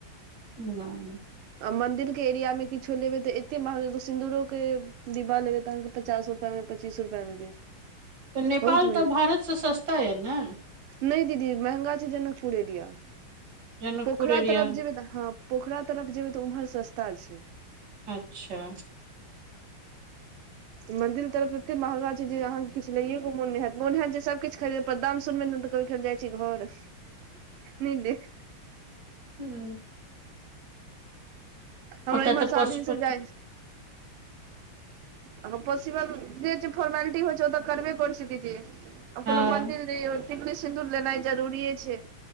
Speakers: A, on the right; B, on the right.
A: <unintelligible>
B: आ मन्दिर के एरिया मे किछो लेबै तऽ एते महग एगो सिन्दूरो के डिब्बा लेबय तऽ अहाँके पचास रुपैया मे पचीस रुपैआ मे देत
A: तऽ नेपाल
B: बहुत
A: तऽ भारत से सस्ता यऽ ने?
B: नइ दीदी महंगा छै जनकपुर एरिया
A: जनकपुर
B: पोखरा
A: एरिया
B: तरफ जेबै तऽ हँ पोखरा तरफ जेबै तऽ उम्हर सस्ता छै।
A: अच्छा
B: मन्दिल तरफ तते महंगा जे अहाँके किछु लैये के मोन नइ हैत मोन हैत जे सभ किछ खरीद पर दाम सुनबै ने तऽ कहबे की हम जाइ छी घर। नै देख
A: हूँ
B: हमरा
A: ओतऽ
B: इम्हर
A: तऽ
B: से
A: पशुपति
B: आदमी सब जाइ हं पॉसिबल जे जे फोर्मेलिटी होइ छै ओ तऽ करबे करे छीयै दीदी। आब
A: हँ
B: कोनो मन्दिल जइयौ टिकली सिन्दूर लेनाइ जरूरीए छै।